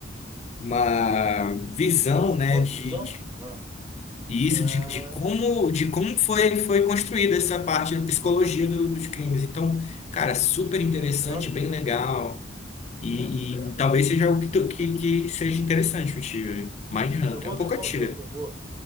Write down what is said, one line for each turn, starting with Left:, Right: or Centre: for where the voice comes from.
Left: uma visão, né,
Right: Uma
Left: de
Right: visão?
Left: de
Right: Ah,
Left: e
Right: ah,
Left: isso de, de como de como foi foi construída essa parte da psicologia do- dos crimes. Então, cara, super interessante,
Right: bacana.
Left: bem legal. E, e talvez seja algo que, tu- que, que seja interessante para ti. Mindhunter,
Right: Eu vou,
Left: é um pouco
Right: eu vou,
Left: antiga.
Right: eu, eu vou,